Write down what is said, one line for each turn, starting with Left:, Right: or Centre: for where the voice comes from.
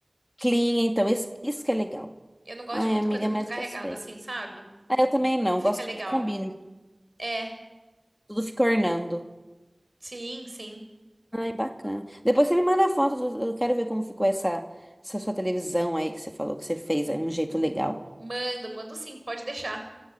Left: Clean, então, isso, isso que é legal.
Right: Eu não gosto
Left: Ai,
Right: de muita
Left: amiga,
Right: coisa muito
Left: mas
Right: carregada
Left: gostei.
Right: assim, sabe?
Left: Ah, eu também não,
Right: Não fica
Left: gosto
Right: legal.
Left: que tudo combine,
Right: É,
Left: tudo fica ornando.
Right: sim, sim.
Left: Ai, bacana. Depois você me manda foto, do- eu quero ver como ficou essa, essa sua televisão aí que você falou que você fez, aí um jeito legal.
Right: Mando, mando sim, pode deixar.